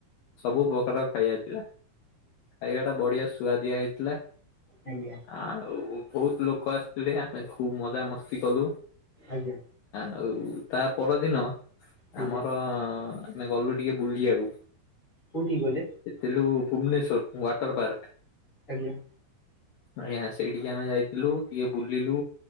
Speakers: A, on the left (about 75°); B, on the left (about 25°).
A: ସବୁ ପ୍ରକାର ଖାଇଆଥିଲା ଖାଇବା ଟା ବଢିଆ ସୁଆଦିଆ ହେଇଥିଲା
B: ଆଜ୍ଞା
A: ଆଉ ବହୁତ ଲୋକ ଆସିଥିଲେ ଆମେ ଖୁବ ମଜା ମସ୍ତି କଲୁ
B: ଆଜ୍ଞା
A: ଆଉ ତା ପରଦିନ
B: ଆଜ୍ଞା
A: ଆମର ଆମେ ଗଲୁ ଟିକେ ବୁଲିବାକୁ
B: କୋଉଠିକି ଗଲେ
A: ପେଲୁ ଭୁବନେଶ୍ଵର ଟର ପାର୍କ
B: ଆଜ୍ଞା
A: ଆଜ୍ଞା ସେଠିକି ଆମେ ଯାଇଥିଲୁ ଟିକେ ବୁଲିଲୁ